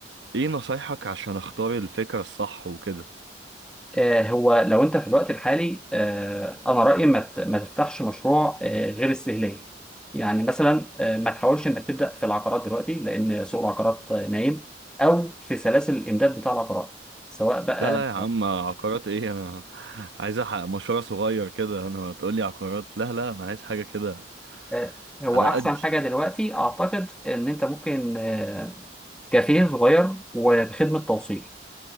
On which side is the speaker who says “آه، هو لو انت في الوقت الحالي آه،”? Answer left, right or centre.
Centre